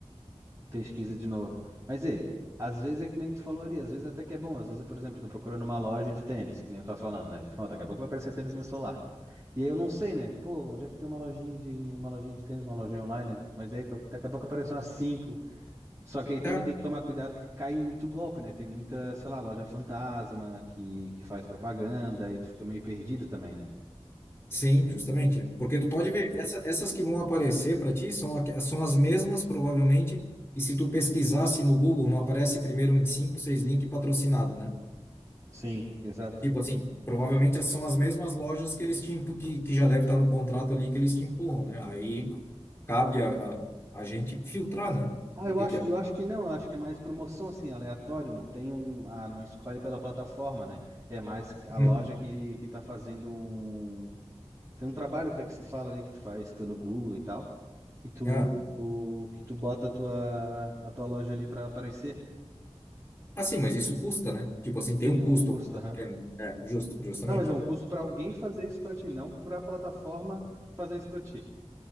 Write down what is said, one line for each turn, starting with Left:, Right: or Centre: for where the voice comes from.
Right: pesquisa de novo. Mas e, às vezes é que nem tu falou ali, às vezes até que é bom. Às vezes, por exemplo, eu tô procurando uma loja de tênis, que nem eu tava falando, né? Ó, daqui a pouco vai aparecer tênis no meu celular. E aí eu não sei, né? Pô, onde é que tem uma lojinha de uma lojinha de tênis, uma lojinha online? né? Mas aí daqui a pouco aparecem umas cinco. Só que aí também
Left: É.
Right: tem que tomar cuidado que cai em muito golpe, né? Tem muita, sei lá, loja fantasma que, que faz propaganda e tu fica meio perdido também, né?
Left: Sim, justamente. Porque tu pode ver, essa- essas que vão aparecer para ti são, aqu- são as mesmas, provavelmente. E se tu pesquisasse no Google, não aparece primeiro uns 5, 6 links patrocinado, né?
Right: Sim, exato.
Left: Tipo assim, provavelmente são as mesmas lojas que eles te empu- que, que já deve estar no contrato ali que eles te empurram, né? Aí cabe a, a, a gente filtrar, né?
Right: Ah,
Left: O
Right: eu
Left: que
Right: acho,
Left: que é.
Right: eu acho que não, eu acho que é mais promoção assim, aleatório, não tem um, ah, não escolhe pela plataforma, né? É mais a
Left: Hum.
Right: loja que que tá fazendo um, tem um trabalho até que se fala ali que tu faz pelo Google e tal, e tu
Left: Ah,
Right: que tu bota a tua a tua loja ali pra aparecer.
Left: assim, mas isso custa, né? Tipo assim, tem
Right: Sim,
Left: um
Right: é um
Left: custo.
Right: custo, aham.
Left: Entende? É, justo, justamente.
Right: Não, mas é um
Left: né?
Right: custo pra alguém fazer isso pra ti, não pra plataforma fazer isso pra ti.